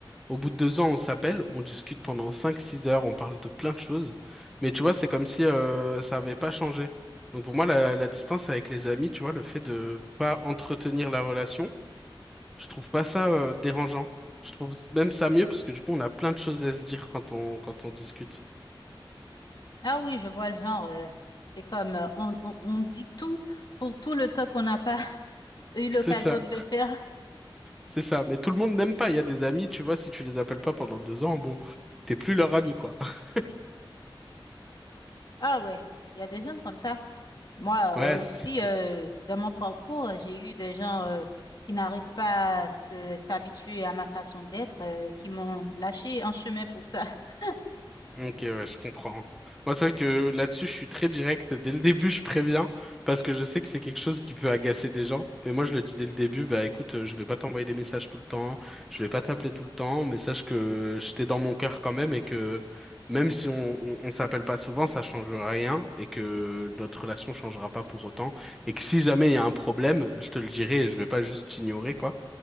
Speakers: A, in the centre; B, on the left.
A: Au bout de deux ans, on s'appelle, on discute pendant cinq, six heures, on parle de plein de choses. Mais tu vois, c'est comme si euh, ça avait pas changé. Donc pour moi, la, la distance avec les amis, tu vois, le fait de pas entretenir la relation. Je trouve pas ça euh, dérangeant. Je trouve même ça mieux parce que du coup, on a plein de choses à se dire quand on quand on discute.
B: Ah oui, je vois le genre. euh, c'est comme, euh, on, on, on dit tout pour tout le temps qu'on n'a pas <laughs> eu l'occasion
A: C'est ça,
B: de le faire.
A: c'est ça. Mais tout le monde n'aime pas. Il y a des amis, tu vois, si tu les appelles pas pendant deux ans, bon, t'es plus leur ami, quoi. <laughs>
B: Ah ouais, il y a des gens comme ça. Moi
A: Ouais,
B: euh, aussi,
A: c'est-
B: euh, dans mon parcours, j'ai eu des gens euh, qui n'arrivent pas à se- s'habituer à ma façon d'être, euh, qui m'ont lâché en chemin pour ça. <laughs>
A: Ok, ouais, je comprends. Moi, c'est vrai que là-dessus, je suis très direct. Dès le début, je préviens parce que je sais que c'est quelque chose qui peut agacer des gens. Mais moi, je le dis dès le début, bah écoute, euh, je vais pas t'envoyer des messages tout le temps, je vais pas t'appeler tout le temps, mais sache que je t'ai dans mon cœur quand même et que même si on, on, on s'appelle pas souvent, ça change rien et que notre relation changera pas pour autant. Et que si jamais il y a un problème, je te le dirai et je vais pas juste t'ignorer, quoi.